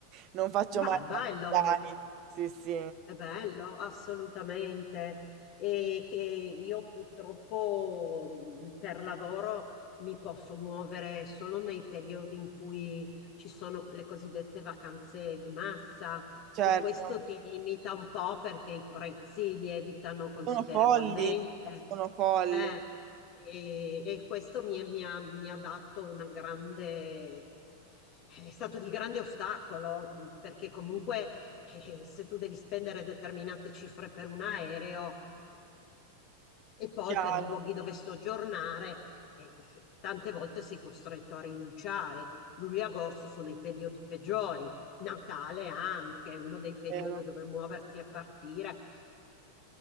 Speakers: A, on the right; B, on the left.
A: non faccio
B: Beh,
A: mai
B: è bello,
A: piani, sì, sì,
B: È bello, assolutamente. E che io purtroppo mh, per lavoro mi posso muovere solo nei periodi in cui ci sono le cosiddette vacanze di massa
A: certo,
B: e questo ti limita un po' perché i prezzi lievitano considerevolmente.
A: sono folli, sono folli,
B: Eh, e, e questo mi, mi ha, mi ha dato una grande... È stato di grande ostacolo, mh, perché comunque e se tu devi spendere determinate cifre per un aereo, e poi
A: chiaro,
B: per i luoghi dove soggiornare, eh, tante volte sei costretto a rinunciare. Luglio e agosto sono i periodi peggiori, Natale anche, uno dei periodi
A: vero.
B: dove muoversi e partire, eh,